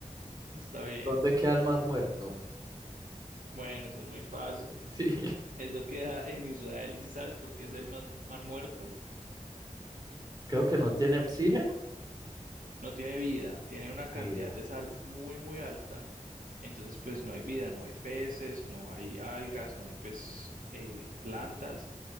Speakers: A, on the right (about 75°); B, on the right (about 30°).
A: Está bien.
B: ¿Dónde queda el mar muerto?
A: Bueno, eso es muy fácil.
B: Sí, <laughs>
A: Eso queda en Israel. Y si sabes por qué es el mar, mar muerto,
B: creo que no tiene oxígeno.
A: no tiene vida, tiene una cantidad
B: Vida.
A: de sal muy, muy alta. Entonces, pues no hay vida, no hay peces, no hay algas, no hay pues eh, plantas.